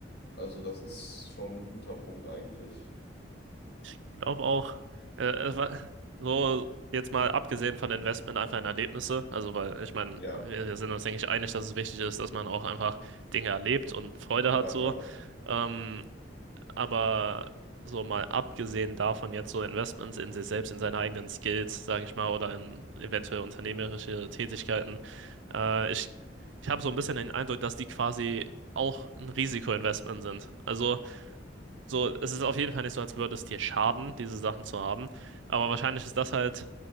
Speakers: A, on the left; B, on the right.
A: Also das ist schon ein guter Punkt eigentlich.
B: Ich glaube auch, äh, es war- so jetzt mal abgesehen von Investment einfach in Erlebnisse. Also, weil ich meine,
A: Ja,
B: wir, wir sind uns, denke ich, einig, dass es wichtig ist, dass man auch einfach Dinge erlebt und Freude
A: klar,
B: hat so.
A: klar.
B: Ähm, Aber so mal abgesehen davon jetzt so Investments in sich selbst, in seine eigenen Skills, sage ich mal, oder in eventuell unternehmerische Tätigkeiten, äh, ich, ich habe so ein bisschen den Eindruck, dass die quasi auch ein Risikoinvestment sind. Also so, es ist auf jeden Fall nicht so, als würde es dir schaden, diese Sachen zu haben. Aber wahrscheinlich ist das halt